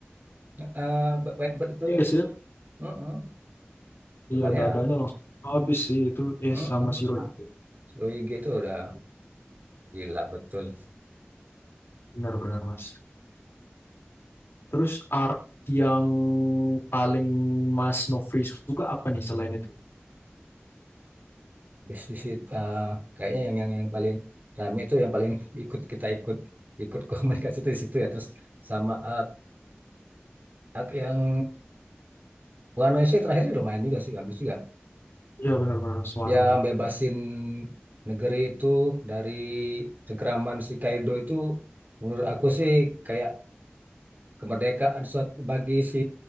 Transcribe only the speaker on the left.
Iya sih, ya?
iya dadanya
langsung habis sih itu eh
sama si Rohit.
Benar-benar, Mas. Terus arc yang paling Mas Nofri suka apa nih selain itu?
Iya, benar-benar Swano
sih.